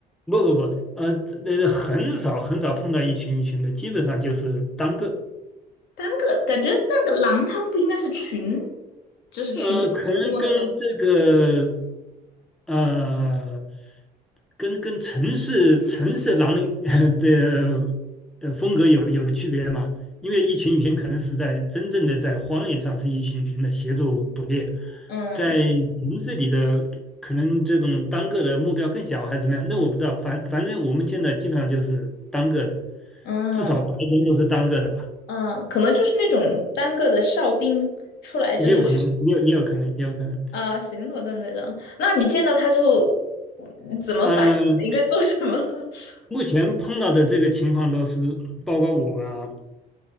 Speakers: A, in the centre; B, on the left (about 80°).
A: 不不不，呃，那个很少很少碰到一群一群的，基本上就是单个。
B: 单个感觉那个狼它们不应该是群，就是群出没的动物
A: 呃，可能跟这个呃，跟跟城市城市狼人 <laughs> 的呃风格有有区别嘛？因为一群一群可能是在真正的在荒野上是一群一群的协助捕猎，
B: 嗯
A: 在城市里的可能这种单个的目标更小还是怎么样？那我不知道，反反正我们见到基本上就是单个的，
B: 嗯，
A: 至少白天都是单个的吧，
B: 嗯，可能就是那种单个的哨兵出来，
A: 也有可能，
B: 就是
A: 也有也有可能，也有可能。
B: 啊、巡逻的那种。那你见到他之后，嗯怎么反应？
A: 嗯。
B: 应该做什么？<laughs>
A: 目前碰到的这个情况都是，包括我啊、